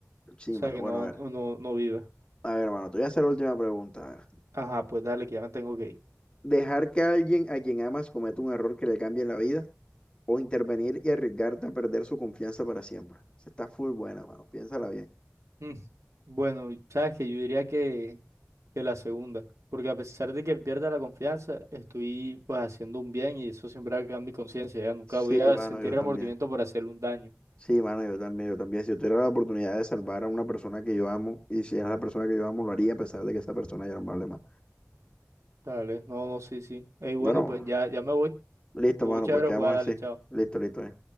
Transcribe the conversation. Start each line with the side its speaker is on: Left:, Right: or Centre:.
Left: Sí,
Right: sea,
Left: mano,
Right: que
Left: bueno,
Right: no,
Left: a
Right: no,
Left: ver.
Right: no viva.
Left: A ver, mano, te voy a hacer la última pregunta. a ver.
Right: Ajá, pues dale, que ya me tengo que ir. <laughs>
Left: ¿Dejar que alguien a quien amas cometa un error que le cambie la vida o intervenir y arriesgarte a perder su confianza para siempre? Se está full buena, mano, piénsala bien.
Right: Mm. Bueno, sabes que yo diría que, que la segunda, porque a pesar de que pierda la confianza, estoy pues haciendo un bien y eso siempre va a quedar en mi conciencia, ya nunca
Left: Sí,
Right: voy a
Left: mano,
Right: sentir
Left: yo
Right: remordimiento
Left: también.
Right: por hacerle un daño.
Left: Sí, mano, yo también, yo también. Si yo tuviera la oportunidad de salvar a una persona que yo amo y si es la persona que yo amo, lo haría a pesar de que esa persona ya no me hable más.
Right: Dale, no, no, sí, sí. Ey, bueno,
Left: Bueno.
Right: pues ya, ya me voy.
Left: Listo,
Right: Tuvo
Left: mano,
Right: chévere
Left: pues quedamos
Right: jugar, dale,
Left: así.
Right: chao.
Left: Listo, listo. eh.